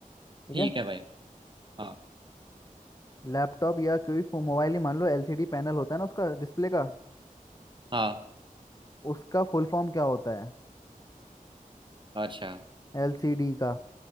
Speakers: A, on the left (about 25°); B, on the right (about 35°).
A: ठीक
B: ठीक
A: है
B: है भाई हाँ
A: लैपटॉप या कोई फो- मोबाइल ही मान लो एलसीडी पैनल होता है ना उसका डिस्प्ले का
B: हाँ
A: उसका फुल फॉर्म क्या होता है
B: अच्छा
A: एलसीडी का